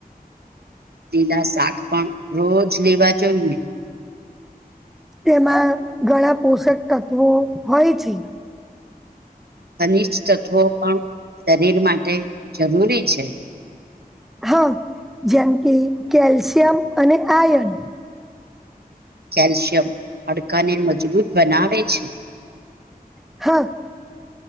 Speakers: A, on the right; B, in the centre.
A: લીલા શાક પણ રોજ લેવા જોઈએ
B: તેમાં ઘણા પોષક તત્વો હોય છે
A: ખનિષ્ તત્વો પણ શરીર માટે જરૂરી છે
B: હા જેમ કે કેલ્શિયમ અને આયન
A: કેલ્શિયમ હાડકાને મજબૂત બનાવે છે
B: હા